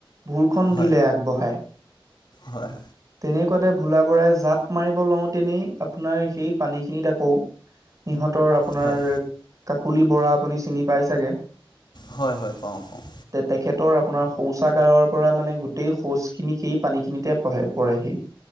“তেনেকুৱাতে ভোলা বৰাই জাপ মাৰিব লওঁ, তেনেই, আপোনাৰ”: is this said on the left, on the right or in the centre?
Right